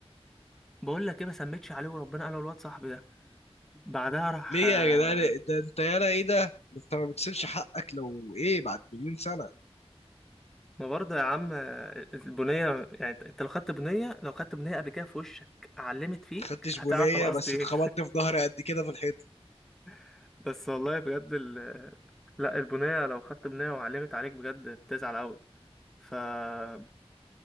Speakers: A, in the centre; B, on the left.
A: بقول لك ايه ما سميتش عليه وربنا انا والواد صاحبي ده بعدها راح
B: ليه
A: آه،
B: يا جدعان ده انت يالا ايه ده ده انت ما بتسيبش حقك لو ايه بعد مليون سنه
A: ما برضه يا عم آه، البنية يعني انت لو خدت بنية لو خدت بنية قبل كده في وشك علمت فيك
B: ما خدتش
A: هتعرف
B: بنيه
A: انا قصدي
B: بس
A: ايه
B: اتخبطت في ظهري قد كده في الحيط
A: <laughs> بس والله بجد ال... لا البنية لو خدت بنية وعلمت عليك بجد بتزعل قوي فبعدها